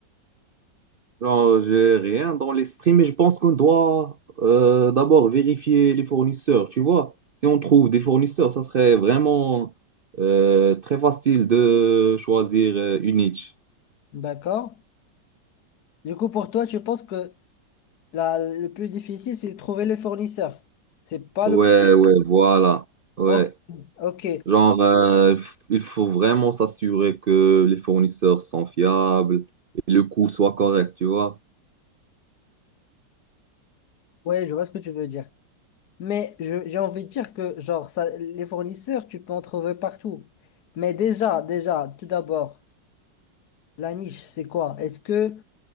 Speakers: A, on the right; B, on the left.
A: Non, j'ai rien dans l'esprit, mais je pense qu'on doit euh, d'abord vérifier les fournisseurs, tu vois. Si on trouve des fournisseurs, ça serait vraiment euh, très facile de choisir euh, une niche.
B: D'accord? Du coup, pour toi, tu penses que La- le plus difficile, c'est de trouver les fournisseurs. C'est pas
A: Ouais,
B: le...
A: ouais, voilà. Ouais.
B: Ok, ok.
A: Genre, euh, il faut vraiment s'assurer que les fournisseurs sont fiables et le coût soit correct, tu vois.
B: Ouais, je vois ce que tu veux dire. Mais je- j'ai envie de dire que, genre, ça, les fournisseurs, tu peux en trouver partout. Mais déjà, déjà, tout d'abord, la niche, c'est quoi? Est-ce que...